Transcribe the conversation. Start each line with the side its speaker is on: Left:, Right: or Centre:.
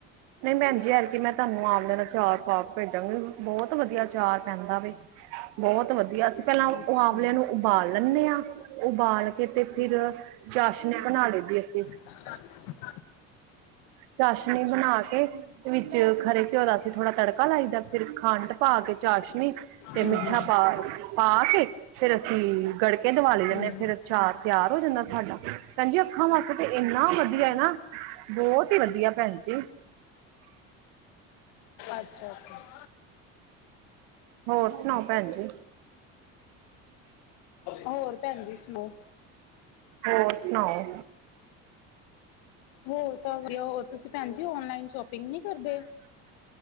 Right: ਨਹੀਂ ਭੈਣਜੀ ਏਤਕੀ ਮੈਂ ਤੁਹਾਨੂੰ ਆਵਲੇ ਦਾ ਅਚਾਰ ਪਾਕੇ ਭੇਜਾਂਗੇ ਬਹੁਤ ਵਧੀਆ ਅਚਾਰ ਪੈਂਦਾ ਵੇ। ਬਹੁਤ ਵਧੀਆ ਅਸੀਂ ਪਹਿਲਾਂ ਉ
Left: ਅੱਛਾ
Right: ਆਵਲਿਆਂ ਨੂੰ ਉਬਾਲ ਲੈਂਨੇ ਆਂ ਉਬਾਲ ਕੇ ਤੇ ਫਿਰ ਚਾਸ਼ਨੀ ਬਣਾ ਲਈ ਦੀ ਅਸੀਂ
Left: ਹ
Right: ਚਾਸ਼ਨੀ ਬਣਾ ਕੇ ਵਿੱਚ ਖਰੇ ਘਿਓ ਦਾ ਅਸੀ ਥੋੜਾ ਤੜ ਤੜਕਾ ਲਾਈਦਾ। ਫਿਰ ਖੰਡ ਪਾ ਕੇ, ਚਾਸ਼ਨੀ ਤੇ
Left: ਹਮ
Right: ਮਿੱਠਾ
Left: ਹਮ
Right: ਪਾ ਪਾ। ਫਿਰ ਅਸੀਂ ਗੜ ਕੇ ਦਿਵਾ ਲਈ
Left: ਹਮ
Right: ਦੇੇ ਨੇ ਫਿਰ
Left: ਹਮ
Right: ਅਚਾਰ ਤਿਆਰ ਹੋ ਜਾਂਦਾ ਸਾਡਾ। ਭੈਣ ਜੀ ਅੱਖਾਂ ਵਾਸਤੇ ਤਾਂ ਇੰਨਾ ਵਧੀਆ ਹੈ ਨਾ ਬਹੁਤ ਹੀ ਵਧੀਆ ਭੈਣ ਜੀ।
Left: ਅੱਛਾ ਅੱਛਾ
Right: ਹੋਰ ਸੁਣਾਓ ਭੈਣ ਜੀ?
Left: ਹੋਰ ਭੈਣ ਜੀ ਸੁਣਾਓ?
Right: ਹੋਰ ਸੁਣਾਓ
Left: ਹੋਰ ਸਭ ਵਧੀਆ, ਹੋਰ ਤੁਸੀਂ ਭੈਣ ਜੀ ਓਨਲਾਈਨ ਸ਼ੋਪਿੰਗ ਨੀ ਕਰਦੇ?